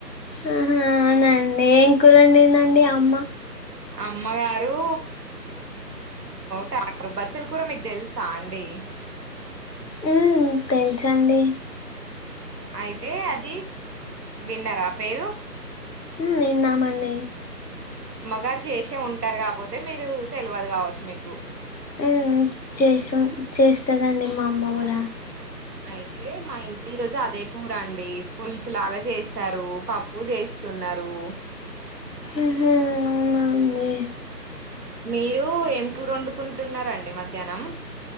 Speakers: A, on the left; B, on the right.
A: ఆహా అవునండి ఏం కూరండిందండి అమ్మ
B: అమ్మగారు టక్టర్ బచ్చలు కూరా మీకు తెలుసా అండి
A: ఉ తెల్సండి
B: అయితే అది విన్నరా పేరు
A: హ్మ్ విన్నామండి
B: గారు చేసే ఉంటారు కాకపోతే మీరు తెల్వదు కావచ్చు మీకు
A: ఉహు చేసు చేస్తదండి మా అమ్మ గుడా
B: అయితే మా ఇంట్లో ఈ రోజు అదే కూరండి పులుసులాగా చేస్తారు పప్పు చేస్త స్తున్నారు
A: ఉహు అవునా అండి
B: మీరు ఏం కూర్ వండుకుంటున్న రండి మధ్యాహ్నం